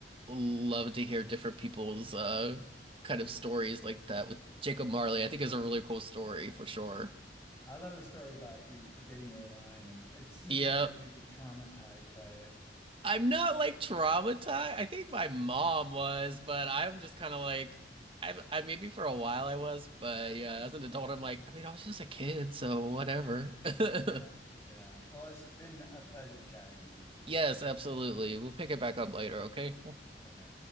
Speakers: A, on the right (about 30°); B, on the left (about 15°).
A: love to hear different people's uh kind of stories like that with Jacob Marley. I think is a really cool story for sure.
B: I love the story about you forgetting your line, and it seems
A: Yeah.
B: like you may be traumatized by it.
A: I'm not like traumatized. I think my mom was, but I'm just kind of like, I, I maybe for a while I was, but yeah, as an adult, I'm like, I mean, I was just a kid, so whatever. <laughs>
B: Yeah. Yeah. Well, it's been a pleasure chatting with you.
A: Yes, absolutely. We'll pick it back up later, okay?
B: Okay.